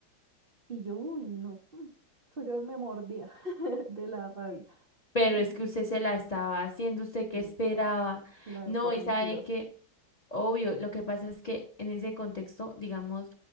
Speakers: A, on the right; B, on the left.
A: Y yo, uy, no. mm. Entonces yo me mordía <laughs> de la rabia.
B: pero
A: Y,
B: es que usted se la estaba haciendo, usted qué
A: eh,
B: esperaba.
A: claro,
B: No,
A: por
B: y
A: mentirosa.
B: sabe que, obvio, lo que pasa es que en ese contexto, digamos,